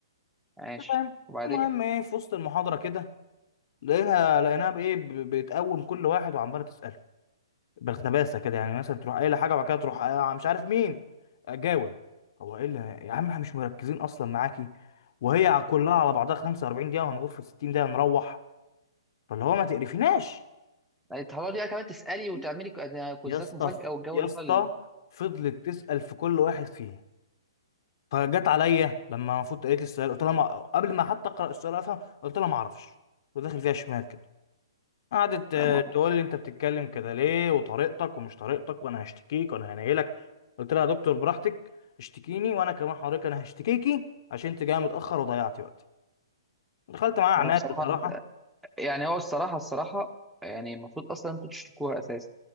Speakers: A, in the centre; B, on the left.
A: ماشي
B: أنت فاهم
A: وبعدين
B: المهم ايه في وسط المحاضره كده لقيناها لقيناها بايه ب- بتقوم كل واحد وعماله تساله بالخباثه كده يعني مثلا تروح قايله حاجه وبعد كده تروح آه، مش عارف مين آه، جاوب هو ايه اللي يا عم احنا مش مركزين اصلا معاكي وهي كلها على بعضها 45 دقيقه وهنغور في 60 دقيقه نروح فاللي هو ما تقرفيناش
A: هتقعدي بقى كمان تسألي وتعملي ك- كوزات
B: يا اسطى
A: مفاجأة والجو
B: يا
A: اللي
B: اسطى
A: هو ال...
B: فضلت تسال في كل واحد فيهم فجت عليا لما المفروض قالت لي السؤال قلت لها ما... قبل ما حتى اقرا السؤال افهم قلت لها ما اعرفش وداخل فيها شمال كده قعدت آه،
A: لا، ما-
B: تقول لي انت بتتكلم كده ليه وطريقتك ومش طريقتك وانا هشتكيك وانا هنيلك قلت لها يا دكتور براحتك اشتكيني وانا كمان حضرتك انا هشتكيكي عشان انت جايه متاخر وضيعتي وقتي دخلت معاها عناد
A: أنا بصراحة
B: بصراحه
A: يعني هو الصراحة الصراحة يعني المفروض أصلا أنتوا تشتكوها أساسا